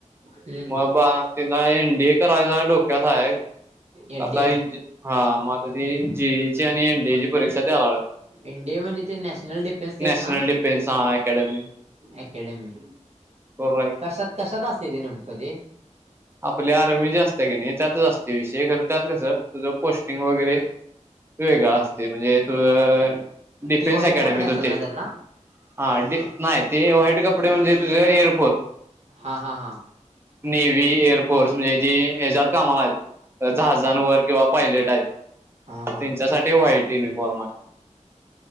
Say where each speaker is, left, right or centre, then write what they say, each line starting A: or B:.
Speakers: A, on the right (about 55°); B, on the right (about 20°).
A: हम्म
B: मग बा तीन एंडीए करायचा डोक्यात आहे,
A: एनडीए
B: आता हा म आता ती जीई ची आणि एनडीए ची परीक्षा द्यावाया
A: एनडीए म्हणजे ते नॅशनल डिफेन्स तेच
B: नॅशनल
A: ना?
B: डफेनस हा अकॅडमी
A: अकॅडमी
B: बरोबर आहे
A: कशात कशात असते ते नेमकं ते
B: आपले आर्मी जे असत की नाही त्यात असते विषय खर त्यात कसं तुझं पोस्टिंग वगैरे वेगळा असतय म्हणजे त डिफेन्स
A: ती व्हाईट
B: अकॅडमीत
A: कपडे असतात
B: होतय
A: ना त्यांना?
B: हा डी नाही ते व्हाईट कपडे म्हणजे तुझ एर
A: हा हा हा
B: नेव्ही एअरफोर्स ने जे ए जात कामाला आहेत जहाजांवर किंवा पायलट आहेत,
A: हा हा
B: त्यांच्यासाठी व्हाईट युनिफॉर्म आहे.